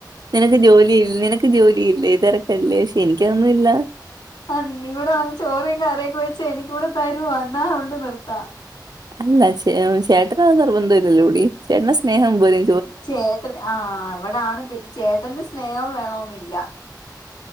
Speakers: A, on the right (about 65°); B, on the left (about 75°).
A: നിനക്ക് ജോലിയിൽ നിനക്ക് ജോലിയില്ലേ? തിരക്കല്ലേ? ക്ഷെ എനിക്കതൊന്നു ഇല്ല.
B: അഹ് നീ ഇവിടെ വന്ന് ചോറും കറിയൊക്കെ വെച്ച് എനിക്കൂടെ തരോ? എന്നാ ഉണ്ട് നിർത്താ.
A: അല്ല ചേ ചേട്ടനത് നിർബന്ധം ഇല്ലല്ലോ കൂടി ചേട്ടന സ്നേഹം പോരെ.
B: ചേട്ടൻ ആഹ് അവിടെ ആണ് തെറ്റ് ചേട്ടന്റെ സ്നേഹം വേണന്നില്ല.